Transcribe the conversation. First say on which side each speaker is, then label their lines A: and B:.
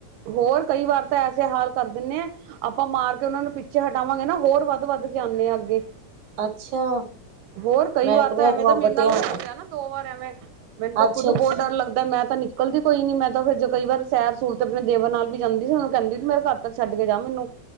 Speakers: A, on the right (about 80°); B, on the right (about 65°).
A: ਹੋਰ ਕਈ ਵਾਰ ਤਾਂ ਐਸੇ ਹਾਲ ਕਰ ਦੇਨੇ ਏ ਆਪਾ ਮਾਰ ਕੇ ੳਨਾ ਨੂੰ ਪਿੱਛੇ ਹਟਾਵਾਂਗੇ ਨਾ ਹੋਰ ਵੱਧ-ਵੱਧ ਕੇ ਆਨੇ ਆ ਅੱਗੇ।
B: ਅੱਛਾ
A: ਹੋਰ ਕਈ
B: ਮੈਂ
A: ਵਾਰ
B: ਕਿਹਾ
A: ਤਾਂ ਐਵੇ ਦਾ ਮੇਰੇ
B: ਵੱਟਿਆਂ
A: ਨਾਲ ਹੋਆ ਨਾ ਦੋ ਵਾਰ ਐਵੇ। ਮੈਨੂੰ ਤਾਂ
B: ਅੱਛਾ
A: ਖੁੱਦ
B: ਅੱਛਾ
A: ਬੋਤ ਡਰ ਲੱਗਦਾ ਮੈ ਤਾਂ ਨੀ ਨਿਕਦੀ ਕੋਈ ਨੀ ਮੈ ਤਾਂ ਫੇਰ ਜ ਕਈ ਵਾਰ ਸੈਰ ਸੂਰ ਤੇ ਅਪਣੇ ਦੇਵਰ ਨਾਲ ਵੀ ਜਾਦੀ ਸੀ, ੳਨੂੰ ਕੈਂਦੀ ਸੀ ਮੇਰੇ ਘਰ ਤੱਕ ਛਡ ਕੇ ਜਾ ਮੈਨੂੰ।